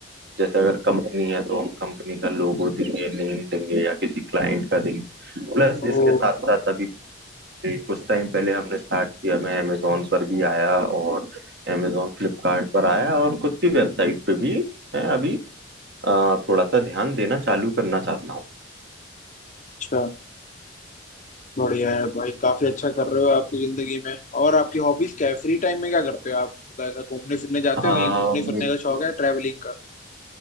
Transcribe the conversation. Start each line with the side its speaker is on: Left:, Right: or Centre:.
Right: जैसे अगर कंपनी है तो हम कंपनी का लोगो देंगे नेम देंगे या किसी क्लाइंट का देंगे प्लस
Left: ओ
Right: इसके साथ साथ अभी ये कुछ टाइम पहले हमने स्टार्ट किया मैं अमेजोन पर भी आया और अमेजोन फ्लिपकार्ट पर आया और खुद की वेबसाइट पे भी मैं अभी अ, थोड़ा सा ध्यान देना चालू करना चाहता हूँ
Left: अच्छा बढ़िया है भाई काफी अच्छा कर रहे हो आपकी जिंदगी में और आपकी हॉबीज क्या है फ्री टाइम में क्या करते हो आप मतलब ऐसा घूमने फिरने जाते
Right: अ,
Left: हो कहीं घूमने
Right: मेरे
Left: फिरने का
Right: को
Left: शौक है ट्रैवलिंग का